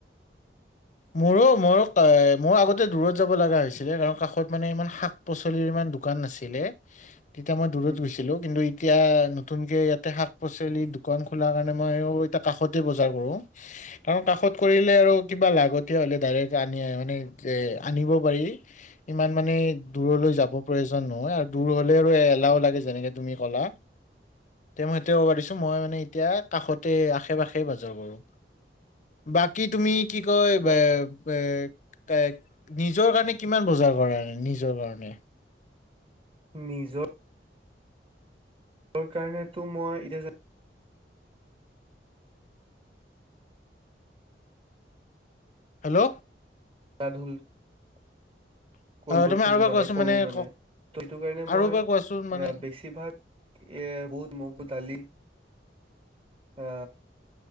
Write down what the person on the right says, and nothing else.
উম,
ম
নিজৰ কাৰণ তো মই এতিয়া
<inaudible>
কৰিব
খোজো
মানে
কৰো মানে,
ত' সেইটো কাৰণে
মই,
বেছিভাগ এ বহুত মগু দালি, আ